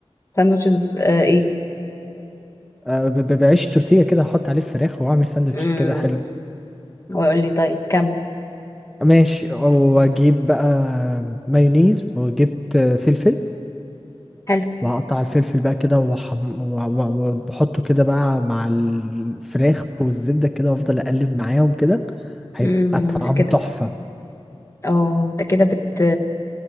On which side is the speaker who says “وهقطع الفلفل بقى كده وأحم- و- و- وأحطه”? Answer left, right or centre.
Centre